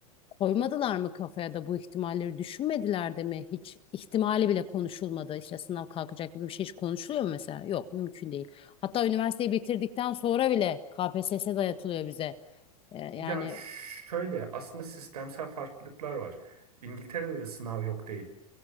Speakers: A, on the left; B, on the right.
A: koymadılar mı kafaya da bu ihtimalleri düşünmediler de mi? Hiç ihtimali bile konuşulmadı. İşte sınav kalkacak gibi bir şey hiç konuşuluyor mu mesela? Yok, mümkün Hatta üniversiteyi bitirdikten sonra bile KPSS dayatılıyor bize. Ee, yani
B: ya şöyle aslında sistemsel farklılıklar var. İngiltere'de de sınav yok değil.